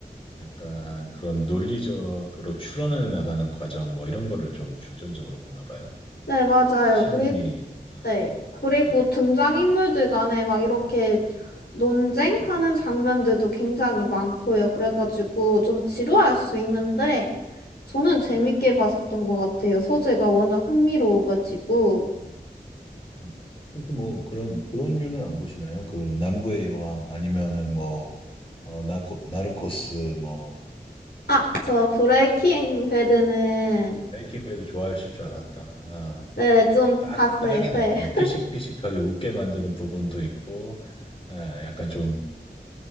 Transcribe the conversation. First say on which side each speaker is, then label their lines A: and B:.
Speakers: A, on the left; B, on the left.
A: 약간 그런 논리적으로 추론해 나가는 과정 뭐 이런 거를 좀 중점적으로 보나 봐요.
B: 네, 맞아요.
A: 심리
B: 그리고
A: 아,
B: 네,
A: 아,
B: 그리고
A: 네.
B: 등장인물들 간에 막 이렇게 논쟁하는
A: 음,
B: 장면들도 굉장히
A: 음,
B: 많고요. 그래가지고 좀 지루할 수
A: 음,
B: 있는데 저는 재밌게
A: 음, 네.
B: 봤었던 것 같아요. 소재가 워낙 흥미로워가지고.
A: 아, 혹시 뭐 그런 그런 류는 안 보시나요? 그 남부의 여왕 아니면은 뭐 어, 나코, 나르코스 뭐
B: 아, 저 브레이킹 배드는
A: 베이킹 배드 좋아하실 줄 알았다. 아,
B: 네, 좀
A: 딱
B: 봤어요.
A: 딱이네.
B: 네.
A: 그냥
B: <laughs>
A: 피식피식하게 웃게 만드는 부분도 있고, 아, 약간 좀